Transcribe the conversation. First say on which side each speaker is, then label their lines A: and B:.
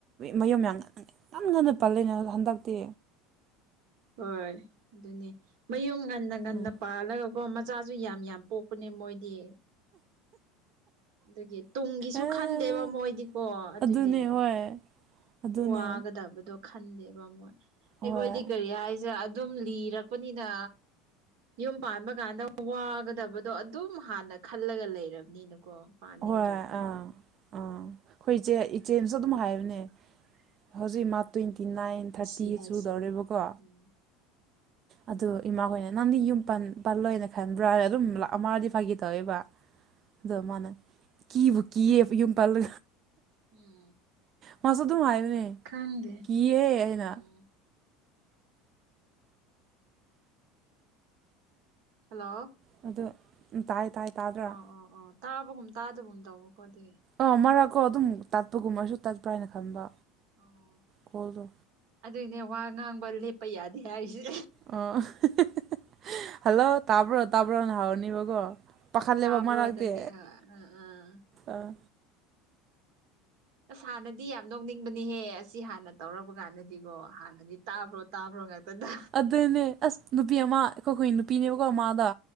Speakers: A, on the right; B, on the right.
A: ꯃꯌꯨꯝ ꯌꯥꯝ ꯉꯟꯅ ꯉꯟꯅ ꯄꯜꯂꯤꯅꯦ ꯑ ꯍꯟꯗꯛꯇꯤ
B: ꯍꯣꯏ ꯑꯗꯨꯅꯦ ꯃꯌꯨꯝ ꯉꯟꯅ ꯉꯟꯅ
A: ꯎꯝ
B: ꯄꯥꯜꯂꯒꯀꯣ ꯆꯆꯥꯁꯨ ꯌꯥꯝ ꯌꯥꯝ ꯄꯣꯛꯄꯅꯦ ꯃꯣꯏꯗꯤ ꯑꯗꯨꯒꯤ ꯇꯨꯡꯒꯤꯁꯨ
A: ꯑꯦ
B: ꯈꯟꯗꯦꯕ ꯃꯣꯏꯗꯤꯀꯣ ꯑꯗꯨꯒꯤ
A: ꯑꯗꯨꯅꯦ ꯍꯣꯏ ꯑꯗꯨꯅꯦ
B: ꯋꯥꯒꯗꯕꯗꯣ ꯈꯟꯗꯦꯕ ꯃꯣꯏ ꯑꯩꯈꯣꯏꯗꯤ
A: ꯍꯣꯏ
B: ꯀꯔꯤ ꯍꯥꯏ ꯁꯤ ꯑꯗꯨꯝ ꯂꯤꯔꯛꯄꯅꯤꯅ ꯌꯨꯝ ꯄꯥꯟꯕ ꯀꯥꯟꯗ ꯋꯥꯒꯗꯕꯗꯣ ꯑꯗꯨꯝ ꯍꯥꯟꯅ ꯈꯜꯂꯒ ꯂꯩꯔꯕꯅꯤꯅꯀꯣ ꯄꯥꯅꯤꯡꯗ꯭ꯔꯕꯅꯦꯕ
A: ꯍꯣꯏ ꯑꯥ ꯑꯥ ꯑꯩꯈꯣꯏ ꯏꯆꯦ ꯏꯆꯦꯁꯨ ꯑꯗꯨꯝ ꯍꯥꯏꯕꯅꯦ ꯍꯧꯖꯤꯛ ꯃꯥ ꯇ꯭ꯋꯦꯟꯇꯤ ꯅꯥꯏꯟ
B: ꯄꯨꯟꯁꯤ
A: ꯊꯥꯔꯇꯤ
B: ꯍꯥꯏꯁꯦ
A: ꯆꯨꯗꯧꯔꯦꯕꯀꯣ
B: ꯎꯝ <unintelligible>
A: ꯑꯗꯨ ꯏꯃꯥꯈꯣꯏꯅ ꯅꯪꯗꯤ ꯌꯨꯝ ꯄꯜꯂꯣꯏꯅ ꯈꯟꯕ꯭ꯔꯥꯅ ꯑꯗꯨꯝ ꯂꯥꯛꯑꯝꯃꯔꯗꯤ ꯐꯥꯒꯤ ꯇꯧꯋꯦꯕ ꯑꯗꯨ ꯃꯥꯅ ꯀꯤꯕꯨ ꯀꯤꯌꯦ ꯌꯨꯝ ꯄꯜꯂ
B: ꯎꯝ
A: ꯃꯥꯁꯨ ꯑꯗꯨꯝ ꯍꯥꯏꯕꯅꯦ
B: ꯈꯪꯗꯦ
A: ꯀꯤꯌꯦ ꯍꯥꯢꯅ
B: ꯎꯝ ꯍꯜꯂꯣ
A: ꯑꯗꯣ ꯇꯥꯏ ꯇꯥꯏ ꯇꯥꯗ꯭ꯔꯥ
B: ꯑꯣ ꯑꯣ ꯑꯣ ꯇꯥꯕꯒꯨꯝ ꯇꯥꯗꯕꯨꯝ ꯇꯧꯕꯀꯣ ꯑꯗꯨꯒꯤ
A: ꯑꯥ ꯃꯔꯛꯀꯣ ꯑꯗꯨꯝ ꯇꯠꯄꯒꯨꯝꯕꯁꯨ ꯇꯠꯄ꯭ꯔꯥ ꯍꯥꯏꯅ ꯈꯟꯕ
B: ꯑꯣ
A: ꯀꯣꯜꯗꯣ
B: ꯑꯗꯨꯏꯅꯦ ꯋꯥ ꯉꯥꯡꯕ ꯂꯦꯞꯄ ꯌꯥꯗꯦ ꯍꯥꯏꯔꯤꯁꯦ
A: ꯑꯣ <inaudible> ꯍꯜꯂꯣ ꯇꯥꯕ꯭ꯔꯣ ꯇꯥꯕ꯭ꯔꯣꯅ ꯍꯥꯎꯔꯅꯦꯕꯀꯣ ꯄꯥꯈꯠꯂꯦꯕ
B: ꯇꯥꯕ꯭ꯔꯣ
A: ꯃꯔꯥꯛꯇꯤ
B: ꯑꯗꯒꯤ ꯑꯥ ꯑꯥ ꯑꯥ
A: ꯑꯥ
B: ꯑꯁ ꯍꯥꯟꯅꯗꯤ ꯌꯥꯝ ꯅꯣꯛꯅꯤꯡꯕꯅꯤꯍꯦ ꯑꯁꯤ ꯍꯥꯟꯅ ꯇꯧꯔꯕ ꯀꯥꯟꯗꯗꯤ ꯀꯣ ꯍꯥꯟꯅꯗꯤ ꯇꯥꯕ꯭ꯔꯣ ꯇꯥꯕ꯭ꯔꯣ ꯉꯥꯛꯇꯗ
A: ꯑꯗꯨꯅꯦ ꯑꯁ ꯅꯨꯄꯤ ꯑꯃ ꯑꯩꯈꯣꯏꯈꯣꯢ ꯅꯨꯄꯤꯅꯦꯕꯀꯣ ꯃꯥꯗꯣ